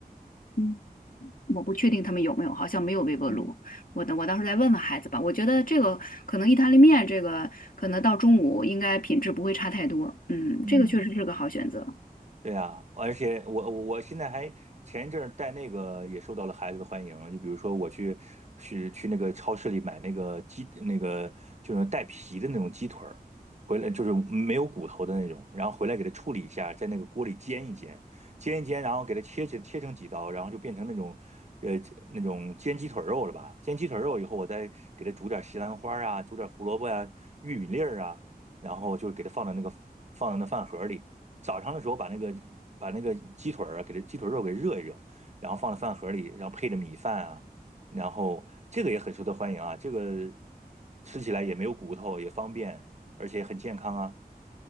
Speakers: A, on the left; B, on the right.
A: 嗯。我不确定他们有没有，好像没有微波炉。
B: 嗯
A: 我等我到时候再问问孩子吧。我觉得这个可能意大利面这个可能到中午应该品质不会差太多。嗯，
B: 嗯。
A: 这个确实是个好选择。
B: 对呀，而且我我我现在还前一阵儿带那个也受到了孩子的欢迎，就比如说我去去去那个超市里买那个鸡那个就是带皮的那种鸡腿儿，回来就是没有骨头的那种，然后回来给它处理一下，在那个锅里煎一煎，煎一煎，然后给它切切切成几刀，然后就变成那种呃那种煎鸡腿肉了吧？煎鸡腿肉以后，我再给它煮点西兰花啊，煮点胡萝卜啊、玉米粒儿啊，然后就给它放到那个放到那饭盒里。早上的时候把那个把那个鸡腿儿啊给它鸡腿肉给热一热，然后放在饭盒里，然后配着米饭啊，然后这个也很受到欢迎啊，这个吃起来也没有骨头，也方便，而且也很健康啊。